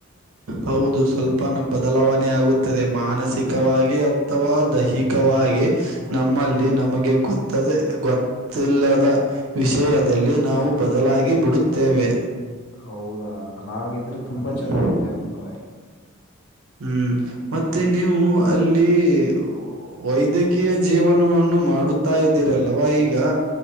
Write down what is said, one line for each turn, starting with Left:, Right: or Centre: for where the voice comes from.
Right: ಹೌದು ಸ್ವಲ್ಪ ಬದಲಾವನೆ ಯಾಗುತ್ತದೆ. ಮಾನಸಿಕವಾಗಿ, ಅಥವಾ ದೈಹಿಕವಾಗಿ ನಮ್ಮಲ್ಲಿ ನಮಗೆ ಗೊತ್ತದೆ ಗೊತ್ ತಿಲ್ಲದ ವಿಷಯದಲ್ಲಿ ನಾವು ಬದಲಾಗಿ ಬಿಡುತ್ತೇವೆ.
Left: ಹೌದಾ ಹಾಗಿದ್ರೆ ತುಂಬಾ
Right: ಹ್ಮ್
Left: ಚೆನ್ನಾಗಿದೆ ಅಂದ್ರೆ.
Right: ಹ್ಮ್ ಮತ್ತೆ ನೀವು ಅಲ್ಲಿ ಓ ವೈದ್ಯಕ್ <unintelligible> ಜೀವನವನ್ನು ಮಾಡುತ್ತಾ ಇದ್ದೀರಲ್ವಾ ಈಗ